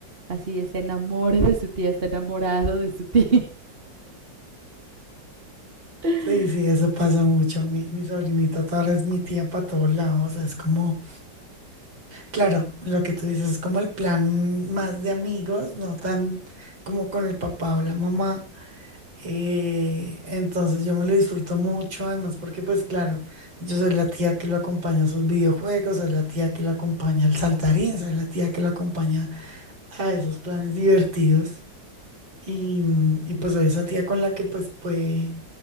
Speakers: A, on the right (about 30°); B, on the right (about 85°).
A: así se enamore de su tía, está enamorado de su tía. <laughs>
B: Sí, sí, eso pasa mucho. Mi, mi sobrinita toda ahora es mi tía para todos lados. O sea, es como, claro, lo que tú dices es como el plan más de amigos, no tan como con el papá o la mamá. Eh, entonces yo me lo disfruto mucho, además, porque pues claro, yo soy la tía que lo acompaña a sus videojuegos, soy la tía que lo acompaña al saltarín, soy la tía que lo acompaña a esos planes divertidos. Y, y pues soy esa tía con la que pues puede